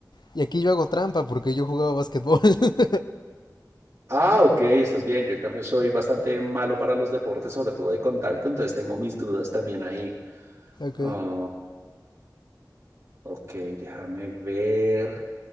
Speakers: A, on the left (about 80°); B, on the right (about 40°).
A: Y aquí yo hago trampa porque yo jugaba básquetbol. <laughs>
B: Ah, ok, estás bien. Yo en cambio soy bastante malo para los deportes, sobre todo de contacto, entonces tengo mis dudas también ahí.
A: Ok.
B: Ah, ok, déjame ver